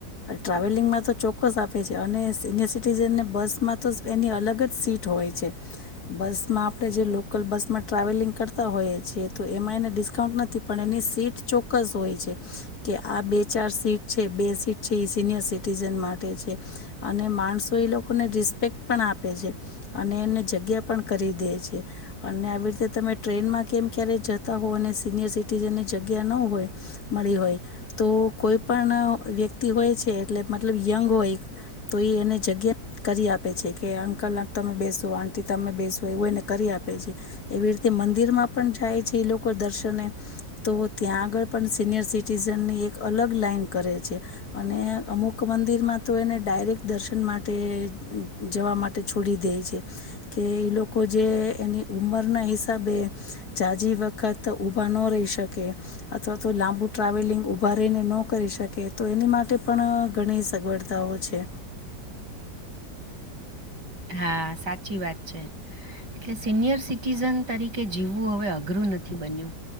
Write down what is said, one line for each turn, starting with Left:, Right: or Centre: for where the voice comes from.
Left: ટ્રાવેલિંગમાં તો ચોક્કસ આપે છે અને સિનિયર સિટીઝનને બસમાં તો એની અલગ જ સીટ હોય છે. બસમાં આપણે જે લોકલ બસમાં ટ્રાવેલિંગ કરતા હોઈએ છીએ તો એમાં એને ડિસ્કાઉન્ટ નથી પણ એની સીટ ચોક્કસ હોય છે કે આ બે ચાર સીટ છે બે સીટ છે એ સિનિયર સિટીઝન માટે છે અને માણસો એ લોકોને રિસ્પેક્ટ પણ આપે છે અને એને જગ્યા પણ કરી દે છે. અને આવી રીતે તમે ટ્રેનમાં કેમ ક્યારે જતા હો અને સિનિયર સિટીઝનની જગ્યા ન હોય મળી હોય તો, કોઈ પણ વ્યક્તિ હોય છે એટલે મતલબ યંગ હોય તો એ એને જગ્યા કરી આપે છે કે અંકલ અ તમે બેસો આંટી તમે બેસો એવું એને કરી આપે છે. એવી રીતે મંદિરમાં પણ જાય છે એ લોકો દર્શને તો ત્યાં આગળ પણ સિનિયર સિટીઝનની એક અલગ લાઈન કરે છે, અને અમુક મંદિરમાં તો એને ડાયરેક્ટ દર્શન માટે જવા માટે છોડી દે છે કે એ લોકો જે એની ઉંમરના હિસાબે જાઝી વખત ઊભા ન રહી શકે અથવા તો લાંબુ ટ્રાવેલિંગ ઊભા રહીને ન કરી શકે તો એની માટે પણ ઘણી સગવડતાઓ છે.
Right: હા સાચી વાત છે, એટલે સિનિયર સિટીઝન તરીકે જીવવું હવે અઘરું નથી બન્યું.